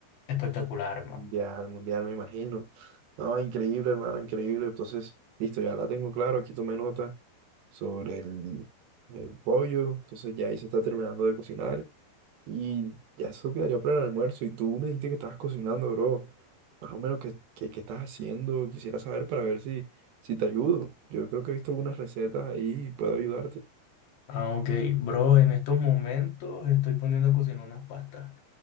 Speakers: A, on the left; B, on the right.
A: espectacular, hermano.
B: mundial, mundial, me imagino. No, increíble, hermano, increíble. Entonces, listo, ya la tengo claro. Aquí tomé nota sobre el, el pollo. Entonces, ya ahí se está terminando de cocinar. Y ya eso quedaría para el almuerzo. Y tú me dijiste que estabas cocinando, bro. Más o menos, ¿qué, qué, qué estás haciendo? Quisiera saber para ver si, si te ayudo. Yo creo que he visto algunas recetas ahí y puedo ayudarte.
A: Ah, ok. Bro, en estos momentos estoy poniendo a cocinar unas pastas.